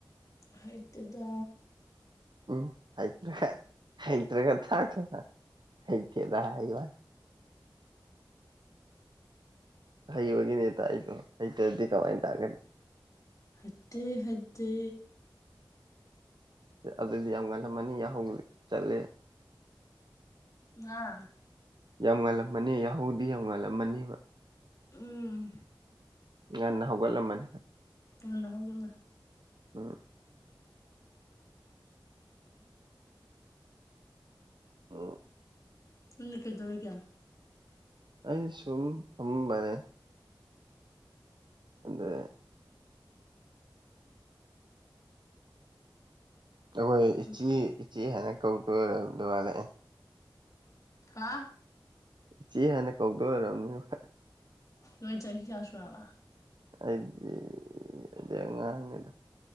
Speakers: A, on the left; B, on the right.
A: ꯍꯩꯇꯦꯗꯥ
B: ꯎꯝ ꯍꯩꯇ꯭ꯔꯦ ꯍꯩꯇ꯭ꯔꯦꯒ ꯇꯥꯛꯇꯣꯏꯕ ꯍꯩꯇꯦꯗ ꯍꯥꯏꯕꯟ ꯍꯩꯕꯒꯤꯅꯦ ꯇꯥꯛꯏꯗꯣ ꯍꯩꯇ꯭ꯔꯗꯤ ꯀꯃꯥꯏꯅ ꯇꯥꯛꯀꯅꯤ
A: ꯍꯩꯇꯦ ꯍꯩꯇꯦ
B: ꯑꯗꯨꯗꯤ ꯌꯥꯝ ꯉꯜꯂꯝꯃꯅꯤ ꯌꯥꯍꯧ ꯆꯠꯂꯦ
A: ꯅꯥ
B: ꯌꯥꯝ ꯉꯜꯂꯝꯃꯅꯤ ꯌꯥꯍꯧꯗꯤ ꯌꯥꯝ ꯉꯜꯂꯝꯃꯅꯤꯕ
A: ꯎꯝ
B: ꯉꯟꯅ ꯍꯧꯒꯠꯂꯝꯃꯅꯤ
A: ꯉꯟꯅ ꯍꯧꯒꯠꯂꯦ
B: ꯎꯝ ꯑꯣ
A: ꯅꯪꯗꯤ ꯀꯩꯗꯧꯔꯤꯒꯦ
B: ꯑꯩꯖꯦ ꯁꯨꯝ ꯐꯃꯝꯕꯅꯦ ꯑꯗ ꯑꯩꯈꯣꯏ ꯏꯆꯦ
A: ꯎꯝ
B: ꯏꯆꯦ ꯍꯥꯏꯅ ꯀꯧꯗꯣꯏ ꯑꯗꯨ ꯃꯥꯜꯂꯦ
A: ꯍꯥ
B: ꯏꯆꯦ ꯍꯥꯏꯅ ꯀꯧꯗꯣꯏ ꯑꯣꯏꯔꯝꯅꯤꯕ
A: ꯅꯣꯏ ꯆꯍꯤ ꯀꯌꯥ ꯁꯨꯔꯕ
B: ꯑꯩꯗꯤ ꯑꯩꯗꯤ ꯑꯉꯥꯡꯅꯤꯗ